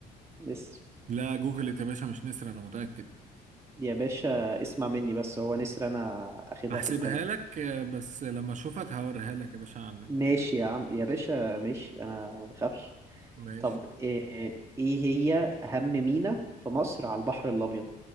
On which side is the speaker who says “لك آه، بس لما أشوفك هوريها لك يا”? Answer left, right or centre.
Right